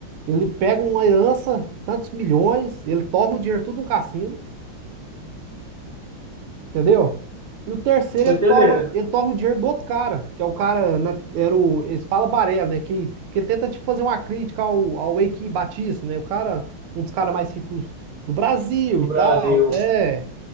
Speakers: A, on the right; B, on the right.
A: ele pega uma herança, tantos milhões, ele torra o dinheiro tudo no cassino, entendeu? E o terceiro,
B: Tô
A: ele
B: entendendo.
A: torra, ele torra o dinheiro do outro cara, que é o cara, né, era o, eles falam Barela, né? Que, que ele tenta, tipo, fazer uma crítica ao, ao Eike Batista, né? O cara, um dos caras mais ricos do Brasil
B: Do
A: e
B: Brasil.
A: tal, é.